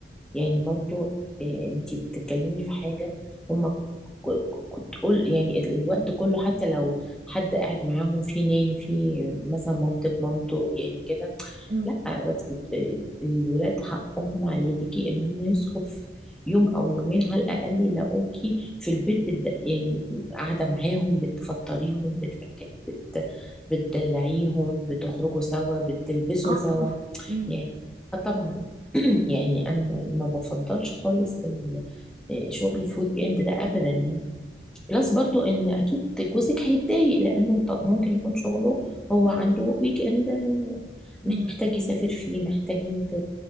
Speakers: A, in the centre; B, on the right (about 40°).
A: يعني برضو آه، انت بتتكلمي في حاجة هم كنت قول يعني ال- الوقت كله حتى لو حد قاعد معاهم في ناني في مثلا مامتك مامته يعني كده
B: مم.
A: لا بس ت- الولاد حقهم عليكي ان هم يصحوا في يوم او يومين على الاقل يلاقوكي في البيت بت... يعني قاعده معاهم بتفطريهم بتأك... بت... بتدلعيهم بتخرجوا سوا بتلبسوا
B: اه
A: سوا
B: طبعا مم.
A: يعني آه طبعا <clears throat> يعني انا ما ما بفضلش خالص ال- آه، شغل في ويك اند ده ابدا يعني بلس برضو ان اكيد جوزك هيتضايق لانه ط- ممكن يكون شغله هو
B: مم.
A: عنده ويك اند آه،
B: مم.
A: محتاج يسافر فيه محتاجين ت...